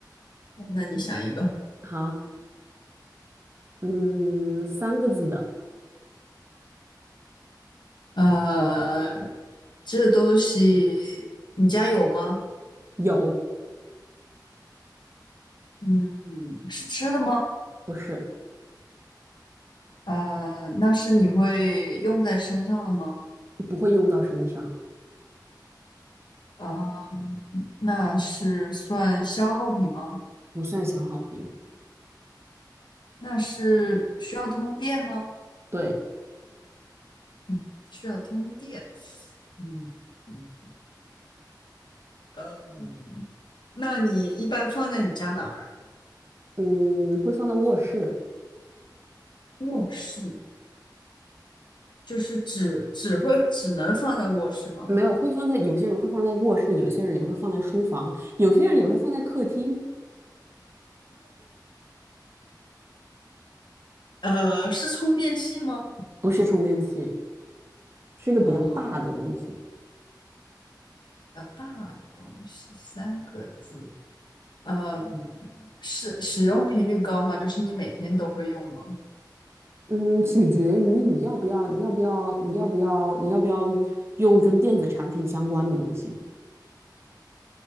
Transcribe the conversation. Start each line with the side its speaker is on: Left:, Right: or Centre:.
Left: 哦那你想一个，
Right: 好，嗯，三个字的，
Left: 呃，这东西你家有吗？
Right: 有，
Left: 嗯嗯是吃的吗？
Right: 不是，
Left: 呃，那是你会用在身上的吗？
Right: 不会用到身上，
Left: 呃，那是算消耗品吗？
Right: 不算小好评，
Left: 那是需要通电吗？
Right: 对，
Left: 嗯，需要通电。嗯。嗯嗯，那你一般放在你家哪儿啊？
Right: 嗯，会放到卧室。
Left: 卧室就是只只会只能放在卧室吗？
Right: 没有，会放在有些人会放在卧室，有些人也会放在书房，有些人也会放在客厅。
Left: 呃，是充电器吗？
Right: 不是充电器，是个比较大的东西。
Left: 嗯，比较大的东西，三个字。嗯，是使用频率高吗？就是你每天都会用吗？
Right: 嗯，取决于你要不要，你要不要，你要不要，你要不要用跟电子产品相关的东西。